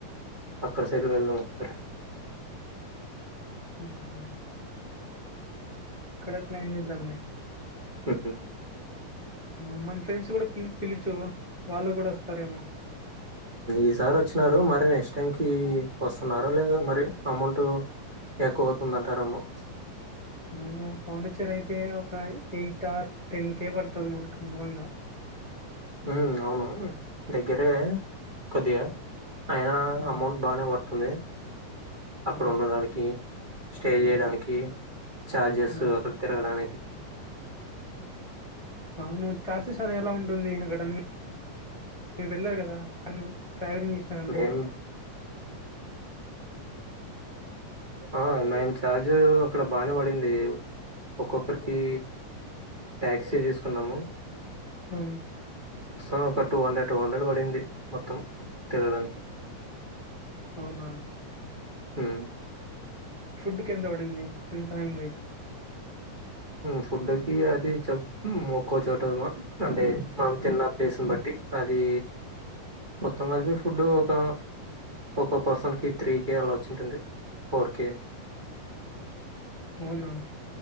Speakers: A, on the right; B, on the left.
A: అక్కడ సైల్ వెళకుార
B: ఉమ్ కడత్లందిదాంలే
A: హు
B: ఆ మన ఫ్రెండ్స్ కూడా పి పిలుచు వాళ్ళు కూడా వస్తారేమో
A: ఈసారి వచ్చినారు మరి నెక్స్ట్ టైంకిి వస్తున్నారో లేదు మరి అమౌంట్ ఎక్కువవుతుందంటారేమో
B: అవును పాండిచ్చేరి అయితే ఒక ఎయిట్ ఆర్ టెన్ కేే పడుతుంది మనకునువంగా
A: హ అవును దగ్గరే కొద్దిగా అయినా
B: ఆ!
A: అమౌంట్ బాగానే పడుతుంది అక్కడ
B: ఆ!
A: ఉండడానికి స్టే చేయడానికి చార్జెస్
B: ఆ!
A: అక్కడ తిరగడానికి
B: అవును చార్జెస్ అర ఎలా ఉంటుంది అక్కడ మీరు వెళ్ళారు కదా నన్న ట్రావెలింగ్ చేసినానంటే
A: మేం ఆ మేము చార్జ్ అక్కడ బానే పడింది ఒక్కొక్కరికి టాక్సీ తీసుకున్నాము
B: ఆ
A: సో ఒక టూ హండ్రెడ్ టూ హండ్రెడ్ పడింది మొత్తం తిరడానికి
B: అవునా
A: మ్మ్
B: ఫుడ్ కి ఎంత పడింది ఎంత అయింది
A: ఫుడ్కి అది చె ఒక్కో చోట అంటే మనం తిన్న ప్లేస్ని బట్టి టి అది మొత్తం కలిపి ఫుడ్డు ఒక ఒక పర్సన్ కి త్రీ కే అలాచింటుంది ఫోర్ కే
B: అవునా